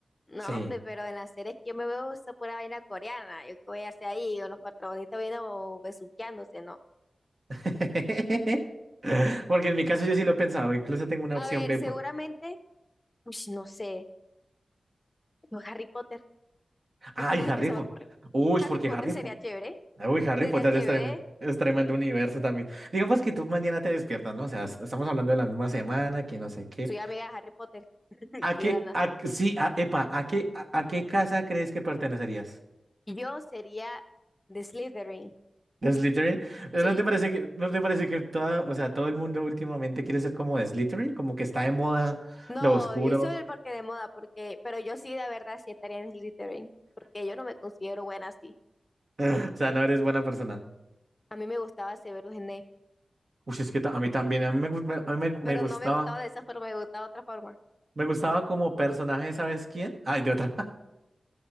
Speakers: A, on the left; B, on the right.
A: No,
B: Sí.
A: hombre, pero en las series que yo me veo esa pura vaina coreana, yo qué voy a hacer ahí, o los protagonistas viendo besuqueándose, no.
B: <laughs> Porque en mi caso yo sí lo he pensado. Incluso tengo una
A: A
B: opción
A: ver,
B: B.
A: seguramente,
B: Por...
A: pues no sé, no, Harry Potter,
B: ¡Ay,
A: lo que uno
B: Harry
A: que se
B: Potter!
A: me ocurre.
B: Uy,
A: Harry
B: porque
A: Potter
B: Harry
A: sería
B: Potter.
A: chévere,
B: Uy, Harry
A: sería
B: Potter
A: chévere.
B: es tremendo, es tremendo universo también. Digamos que tú mañana te despiertas, ¿no? O sea, es- estamos hablando de la misma semana, que no sé qué.
A: Soy amiga de Harry Potter <laughs>
B: ¿A
A: y
B: qué,
A: de la nada.
B: a, sí, a, epa, ¿a qué, a, a qué casa crees que pertenecerías?
A: Y yo sería de Slytherin,
B: ¿De Slytherin? Eh,
A: sí.
B: ¿No te parece que, no te parece que toda, o sea, todo el mundo últimamente quiere ser como de Slytherin? Como que está de moda
A: No,
B: lo oscuro.
A: y eso es porque de moda, porque, pero yo sí de verdad sí estaría en Slytherin, porque yo no me considero buena así.
B: <laughs> O sea, no eres buena persona.
A: A mí me gustaba Severus Snape,
B: Uy, es que ta- a mí también, a mí me, gu- me- a mí me, me
A: pero
B: gustaba,
A: no me gustaba de esa forma, me gustaba de otra forma.
B: me gustaba como personaje, ¿sabes quién? <laughs> Ay, de otra,